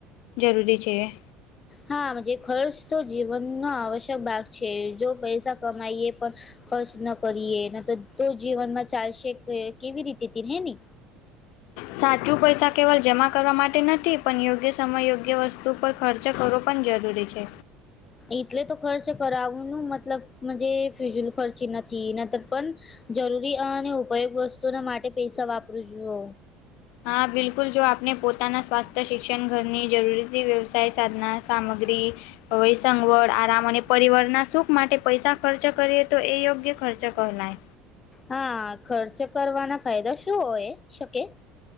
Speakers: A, on the left; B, on the left.
A: જરૂરી છે.
B: હા મજે ખર્ચ તો જીવનનો આવશ્યક ભાગ છે જો પૈસા કમાઈએ પણ ખર્ચ ન કરીએ તો તો જીવનમાં ચાલશે કેવી રીતે હે ને
A: સાચું પૈસા કેવલ જમા કરવા માટે નથી પણ યોગ્ય સમય યોગ્ય વસ્તુ ઉપર ખર્ચ કરવો પણ જરૂરી છે.
B: એટલે તો ખર્ચ કરવુંનું મતલબ મજે ફ્યઝલ ખર્ચી નથી નતર પણ જરૂરી અને ઉપયોગ વસ્તુઓના માટે પૈસા વાપરું જુ
A: હા બિલકુલ જો આપણે પોતાના સ્વાસ્થ્ય શિક્ષણ ઘરની જરૂર વ્યવસાય સાધના સામગ્રી હવે સંગવડ આરામ અને પરીવરના સુખ માટે પૈસા ખર્ચ કરીએ તો એ કે ખર્ચ કહેલાય
B: હા ખર્ચ કરવાના ફાયદા શું હોય શકે?